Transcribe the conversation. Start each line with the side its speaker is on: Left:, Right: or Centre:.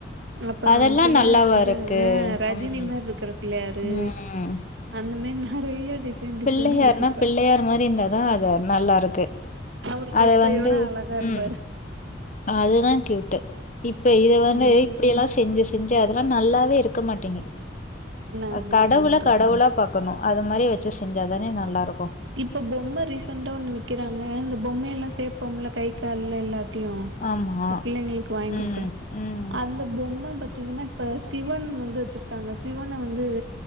Right: அப்பறோ
Left: அதெல்லா
Right: பிள்ளையார்
Left: நல்லாவா
Right: வந்து
Left: இருக்கு
Right: ஆ ரஜினி
Left: ம்
Right: மாறி இருக்கற பிள்ளயாரு
Left: ம்
Right: அந்த மாறி நிறையா டிசைன் டிசைனா
Left: பிள்ளையார்னா
Right: இருக்கு இப்ப
Left: பிள்ளையார் மாறி இருந்தாதா அது நல்லா இருக்கு
Right: அவரு
Left: அத
Right: தொப்பையோட
Left: வந்து
Right: அழகா இருப்பாரு
Left: உம் அதுதா கியூட்டு் இப்ப இத வந்து
Right: ம்
Left: இப்படியெல்லாம் செஞ்சு செஞ்சு அதெல்லா நல்லாவே இருக்க மாட்டேங்குது
Right: ஆமா
Left: அ கடவுள
Right: ஆமாங் தோழி
Left: கடவுளா பாக் கணும் அது மாறி வச்சு செஞ்சா தானே நல்லாருக்கும்
Right: இப்ப பொம்ம ரீசண்டா ஒண்ணு விக்கிறாங்க இந்த பொம்மையெல்லா சேப்போம்ல்ல கை கால்ல எல்லா த்தியு
Left: ஆமா
Right: இந்த பிள்ளைங்களுக்கு வாங்கி
Left: ம்
Right: குடுக்குற
Left: ம்
Right: அந் ஒரு பொம்ம பாத்தீங்கன்னா இப்ப சிவன் வந்து வச்சிருக்காங்க சிவனை வந்து